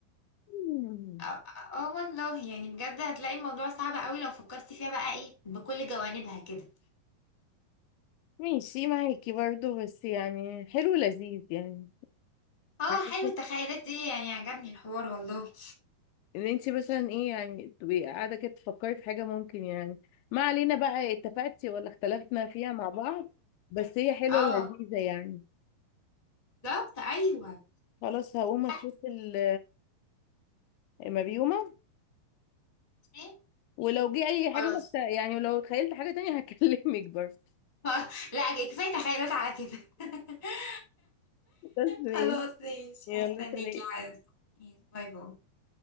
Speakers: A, on the left; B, on the left.
A: مم.
B: اه آه والله يعني بجد هتلاقي الموضوع صعب قوي لو فكرتي فيها بقى ايه بكل جوانبها كده
A: ماشي معاكي برضو بس يعني حلو لذيذ يعني
B: اه
A: حاجة
B: حلو التخيلات دي يعني عجبني الحوار والله
A: ان انت مثلا ايه يعني تبقي قاعده كده تفكري في حاجه ممكن يعني ما علينا بقى اتفقتي ولا اختلفنا فيها مع بعض بس هي حلوه
B: اه
A: ولذيذه يعني
B: بالظبط ايوه
A: خلاص هقوم اشوف
B: لا
A: ال- المريومه
B: إيه؟
A: ولو جه اي حاجه
B: خلاص
A: بقى بتاع- يعني ولو تخيلت حاجه تانية <laughs> هكلمك برضه
B: <laughs> لا كفايه تخيلات على كده <laughs>
A: بس ماشي
B: خلاص ماشي
A: يلا
B: هستناكي
A: سلام
B: عايز باي باي